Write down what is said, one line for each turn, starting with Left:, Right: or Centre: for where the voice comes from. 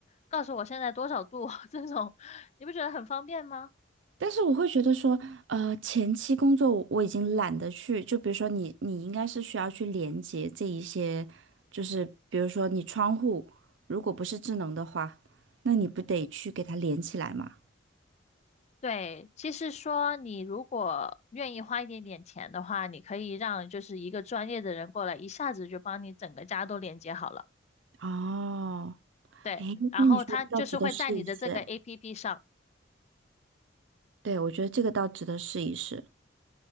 Left: 告诉我现在多少度，<laughs> 这种，你不觉得很方便吗？
Right: 但是我会觉得说，呃，前期工作我我已经懒得去，就比如说你，你应该是需要去连接这一些，就是比如说你窗户如果不是智能的话，那你不得去给它连起来嘛？
Left: 对，其实说，你如果愿意花一点点钱的话，你可以让就是一个专业的人过来，一下子就帮你整个家都连接好了。
Right: 哦，
Left: 对，
Right: 哎，
Left: 然后他就是会在你的这个
Right: 那你说的倒值得试一试，哎，
Left: APP 上，
Right: 对，我觉得这个倒值得试一试。